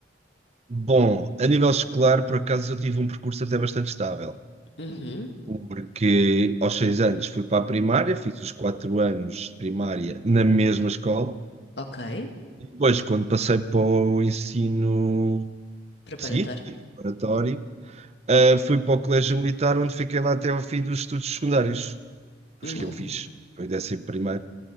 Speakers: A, on the right (about 35°); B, on the left (about 70°).
A: Bom, a nível escolar, por acaso, eu tive um percurso até bastante estável,
B: Uhum,
A: porque aos seis anos fui para a primária, fiz os quatro anos de primária na mesma escola.
B: ok.
A: Depois, quando passei para o ensino
B: Preparatório.
A: seguinte, preparatório, eh, fui para o Colégio Militar, onde fiquei lá até ao fim dos estudos secundários,
B: Uhum,
A: os que eu fiz. Foi décimo primeiro,